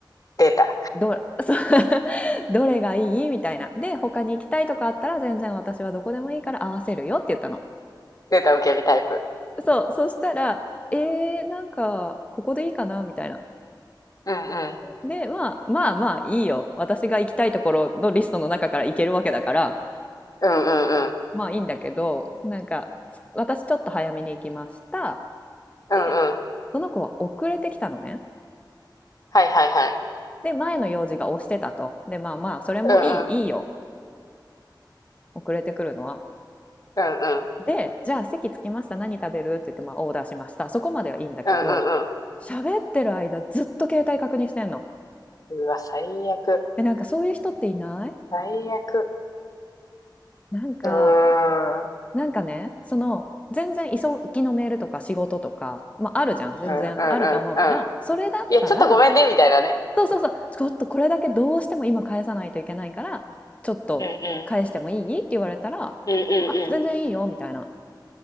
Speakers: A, on the left; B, on the left.
A: データ。
B: どそ <laughs> うどれがいいみたいなで他に行きたいとかあったら全然私はどこでもいいから合わせるよって言ったの。
A: データ受け身タイプ。
B: そう、そしたら、えー、なんか、ここでいいかなみたいな。
A: うんうん。
B: で、まあ、まあまあいいよ。私が行きたいところのリストの中から行けるわけだから、
A: うんうんうん。
B: まあいいんだけど、なんか、私ちょっと早めに行きました。
A: うんうん。
B: で、その子は遅れてきたのね。
A: はいはいはい。
B: で、前の用事が押してたと。で、まあまあ、それもいい、
A: うん
B: いいよ。遅れてくるのは。
A: うんうん。
B: で、じゃあ席着きました。何食べるって言って、まあオーダーしました。そこまではいいんだけど、
A: うんうんう
B: 喋ってる間ずっと携帯確認してんの。
A: ん。うわ、最悪。
B: で、なんかそういう人っていない
A: 最悪。
B: なんか
A: うーん。
B: なんかね、その全然急ぎのメールとか仕事とか、まあ、あるじゃん全然あると思うからそれだったら
A: うんうんうんうん。いや、ちょっとごめんね、みたいなね。
B: そうそうそうちょっとこれだけどうしても今返さないといけないからちょっと返してもいいって言われたら
A: うんうん。うんうん
B: あ全然いいよみたいな
A: うん。